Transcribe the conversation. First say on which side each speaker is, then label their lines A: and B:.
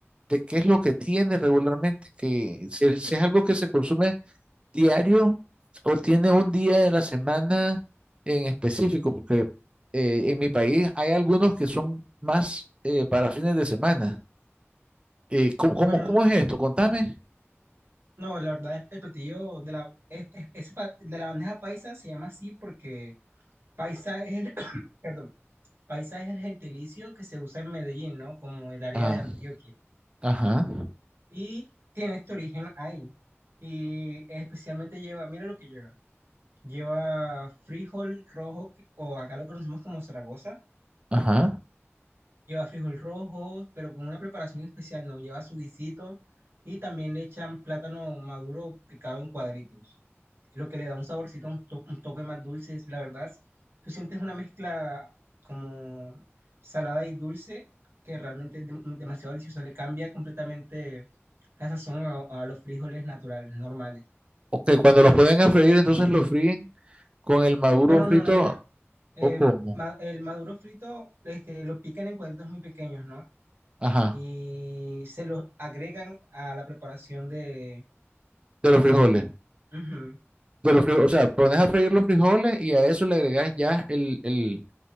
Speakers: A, on the right; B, on the right.
A: de qué es lo que tiene regularmente, que si si es algo que se consume. diario o tiene un día de la semana en específico? Porque eh, en mi país hay algunos que son más eh, para fines de semana. Eh, ¿cómo, cómo,
B: Bueno,
A: cómo es esto? Contame.
B: no, la verdad es el platillo de la, es- es- es pa- de la bandeja paisa se llama así porque paisa es el, <coughs> <clears throat> perdón, paisa es el gentilicio que se usa en Medellín, ¿no? Como el área
A: Ah,
B: de Antioquia.
A: ajá,
B: Y tiene este origen ahí. Y especialmente lleva, mira lo que lleva. Lleva frijol rojo que- o acá lo conocemos como Zaragoza.
A: ajá.
B: Lleva frijol rojo, pero con una preparación especial, no. Lleva su guisito y también le echan plátano maduro picado en cuadritos. Lo que le da un saborcito, un, to- un toque más dulce. La verdad, tú sientes una mezcla como salada y dulce que realmente es dem- demasiado delicioso. Le cambia completamente la sazón a, a los frijoles naturales, normales.
A: Ok, cuando los pueden a freír, entonces los fríen con el maduro
B: No, no,
A: frito
B: no, no, mira. Eh,
A: o cómo.
B: ma- el maduro frito, este, lo pican en cuadritos muy pequeños, ¿no?
A: Ajá,
B: y se los agregan a la preparación de,
A: de los
B: del...
A: frijoles.
B: ujú.
A: De los frijoles, o sea, pones a freír los frijoles y a eso le agregas ya el, el,